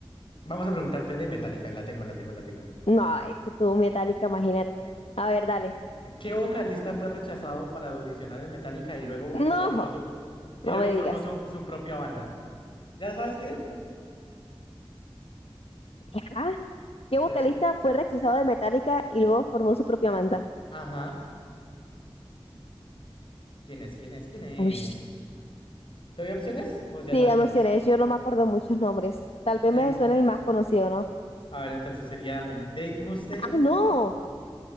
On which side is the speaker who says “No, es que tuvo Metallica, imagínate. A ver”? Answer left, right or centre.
Left